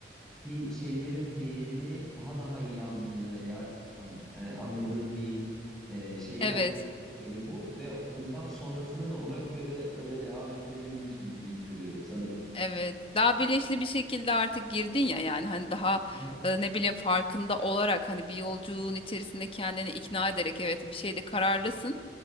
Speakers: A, in the centre; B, on the left.
A: ki şeylerin değerini daha daha iyi anlaya- an- e, anladığım bir e, şeye
B: Evet.
A: doğru gidiyor beni bu ve bundan sonrasını da ona göre böyle devam ettirebilirmişim gibi hissediyorum sanırım.
B: Evet, daha bilinçli bir şekilde artık girdin ya yani hani daha
A: Hı hı.
B: e, ne bileyim farkında olarak hani bir yolculuğun içerisinde kendini ikna ederek evet bir şeyde kararlısın.